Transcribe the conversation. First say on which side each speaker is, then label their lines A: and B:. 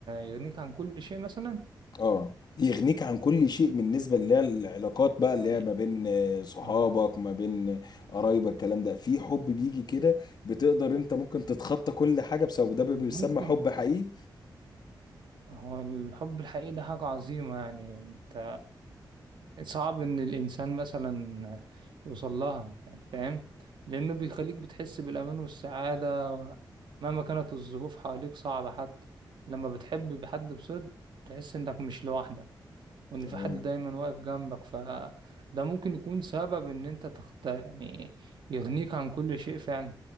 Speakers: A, on the right; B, on the left.
A: يغنيك عن كل شيء مثلا
B: اه يغنيك عن كل شيء بالنسبه اللي هي العلاقات بقى اللي
A: يعني
B: هي ما بين آه، صحابك
A: آه،
B: ما بين آه، قرايبك الكلام ده في حب بيجي كده بتقدر انت ممكن تتخطى كل حاجه بسبب ده بيسمى
A: ممكن
B: حب حقيقي
A: هو الحب الحقيقي ده حاجة عظيمة يعني انت صعب ان الانسان مثلا يوصل لها يعني فاهم لانه بيخليك بتحس بالامان والسعادة مهما كانت الظروف حواليك صعبة حتى لما بتحب حد بصدق بتحس انك مش لوحدك وان
B: تمام
A: في حد دايما واقف جنبك فده ممكن يكون سبب ان انت تخت يعني يغنيك عن كل شيء فعلا